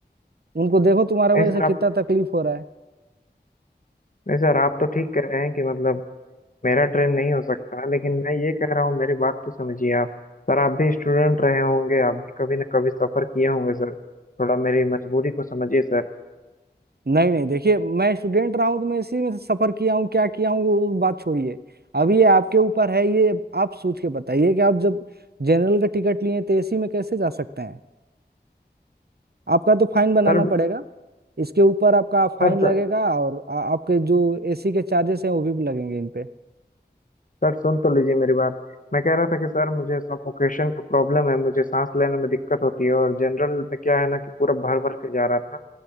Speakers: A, on the right (about 65°); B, on the left (about 50°).
A: उनको देखो तुम्हारे
B: नहीं
A: वजह
B: सर
A: से कितना
B: आप
A: तकलीफ हो रहा है
B: नहीं सर आप तो ठीक कह रहे हैं कि मतलब मेरा ट्रेन नहीं हो सकता लेकिन मैं ये कह रहा हूँ मेरी बात तो समझिए आप सर आप भी स्टूडेंट रहे होंगे आप भी कभी ना कभी सफर किए होंगे सर थोड़ा मेरी मजबूरी को समझिए sir
A: नहीं नहीं देखिए मैं स्टूडेंट रहा हूँ तो मैं इसी में सफर किया हूँ क्या किया हूँ वो बात छोड़िए अब ये आपके ऊपर है ये आप सोच के बताइए कि आप जब जनरल का टिकट लिए तो एसी में कैसे जा सकते हैं आपका तो फाइन बनाना
B: sir
A: पड़ेगा इसके ऊपर आपका फाइन
B: sir sir
A: लगेगा और आ, आपके जो एसी के चार्जेस हैं वो भी लगेंगे इन पे
B: sir सुन तो लीजिए मेरी बात मैं कह रहा था कि सर मुझे सफोकेशन का प्रॉब्लम है मुझे सांस लेने में दिक्कत होती है और जनरल में क्या है ना कि पूरा भर भर के जा रहा था